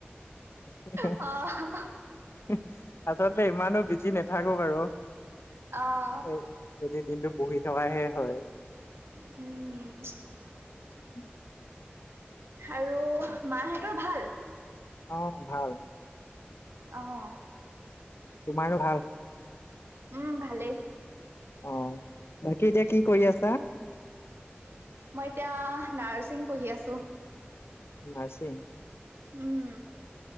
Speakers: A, on the left; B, on the right.
A: <unintelligible>
B: অ',
A: হু আচলতে ইমানো <unintelligible> নাথাকক আৰু
B: অ',
A: এ এটো দিনটো বহি থকাহে হয়
B: উম
A: উম।
B: আৰু মাহঁতৰ ভাল?
A: অ ভাল
B: অহঁ
A: তোমাৰো ভাল।
B: উম ভালেই
A: অ বাকী এতিয়া কি কৰি আছা?
B: মই এতিয়া নাৰছিং পঢ়ি আছো।
A: নাৰ্চিং।
B: উম